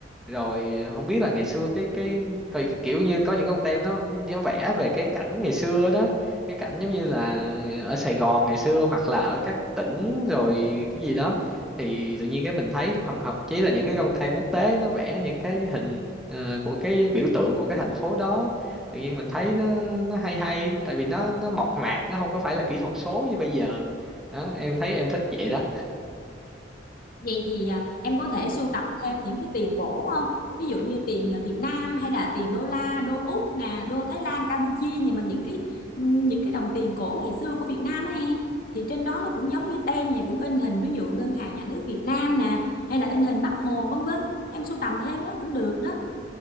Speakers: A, in the centre; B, on the left.
A: rồi không biết là ngày xưa cái cái coi kiểu như có những con tem nó nó vẽ về cái cảnh ngày xưa đó, cái cảnh giống như là ở Sài Gòn ngày xưa hoặc là ở các tỉnh rồi cái gì đó thì tự nhiên cái mình thấy hoặc thậm chí là những cái con tem quốc tế nó vẽ những cái hình ờ, của cái biểu tượng của cái thành phố đó tự nhiên mình thấy nó nó hay hay tại vì nó nó mộc mạc nó không có phải là kỹ thuật số như bây giờ đó em thấy em thích vậy đó
B: Vậy thì à, em có thể sưu tập thêm những cái tiền cổ không? Ví dụ như tiền à, Việt Nam hay là tiền đô la, đô Úc nè, đô Thái Lan, Campuchia nhưng mà những cái những cái đồng tiền cổ ngày xưa của Việt Nam á em thì trên đó nó cũng giống như tem vậy cũng in hình ví dụ Ngân hàng Nhà nước Việt Nam nè hay là in hình Bác Hồ vân vân. Em sưu tầm thêm nó cũng được đó.